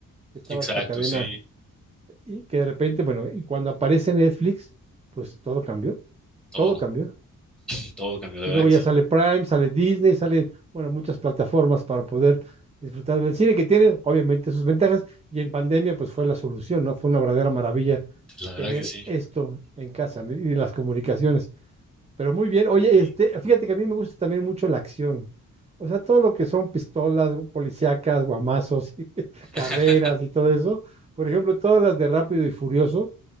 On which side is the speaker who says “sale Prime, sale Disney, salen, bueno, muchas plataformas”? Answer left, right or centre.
Right